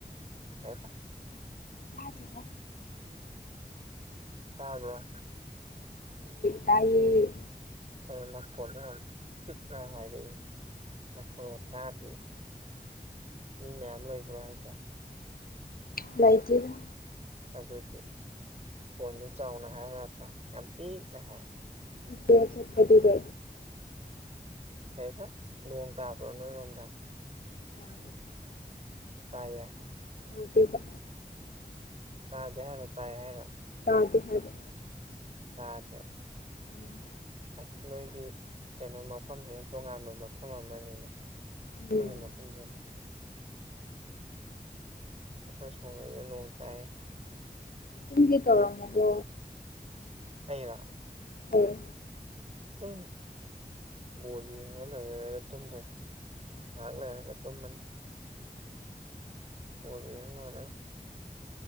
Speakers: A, on the right (about 45°); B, on the left (about 70°).
A: ꯀꯁ
B: ꯇꯥꯗꯕ
A: ꯇꯥꯕꯔꯣ
B: ꯇꯥꯏ
A: ꯑꯗꯣ ꯅꯥꯈꯣꯟꯅ ꯌꯥꯝ ꯄꯤꯛꯅ ꯍꯥꯏꯔꯛꯏ ꯅꯈꯣꯅ ꯇꯥꯗ꯭ ꯃꯤ ꯃꯌꯥꯝ ꯂꯩꯕ꯭ꯔꯣ ꯍꯥꯏꯁꯦ
B: ꯂꯥꯏꯇꯦꯗꯥ
A: ꯑꯗꯨꯗꯤ ꯈꯣꯟꯗꯨ ꯆꯥꯎꯅ ꯍꯥꯏꯕ ꯅꯠꯇ꯭ꯔꯣ ꯌꯥꯝ ꯄꯤꯛꯅ ꯍꯥꯏ
B: ꯏꯀꯣꯁꯦꯄꯗꯨꯕ
A: ꯀꯕ ꯂꯣꯡ ꯇꯥꯕ꯭ꯔꯣ ꯅꯣꯏꯔꯣꯗꯥ
B: ꯇꯦ
A: ꯇꯥ ꯑꯦ
B: ꯑ ꯊꯀ
A: ꯇꯥꯗꯦ ꯍꯥꯏꯔꯣ ꯇꯥꯏꯌꯦ ꯍꯥꯏꯔꯣ
B: ꯇꯥꯗ ꯍꯥꯏꯕ
A: ꯇꯥꯗꯦ
B: ꯎꯝ
A: ꯑꯁ ꯅꯣꯏꯒꯤ ꯀꯩꯅꯣ ꯃꯐꯝꯁꯤꯅ ꯇꯣꯉꯥꯟꯕ ꯃꯐꯝ ꯑꯃꯅꯤꯅꯦ
B: ꯎꯝ
A: ꯑꯩꯈꯣꯏꯒꯤ ꯃꯐꯝꯁꯤꯦꯅ ꯑꯩꯈꯣꯏ ꯁꯣꯝꯗꯗꯤ ꯅꯣꯡ ꯇꯥꯏ
B: ꯑꯗꯨꯝꯗꯤ ꯇꯧꯔꯝꯃꯣꯕꯣ
A: ꯑꯩꯔ
B: ꯍꯣꯏ
A: ꯇ ꯣ ꯂꯩ ꯇ ꯉꯥꯏꯍꯥꯛ ꯂꯩꯔꯒ ꯇꯨꯝꯃꯅꯤ ꯕꯥꯜꯂ ꯌꯦꯕꯥ ꯂꯣꯏꯔꯥ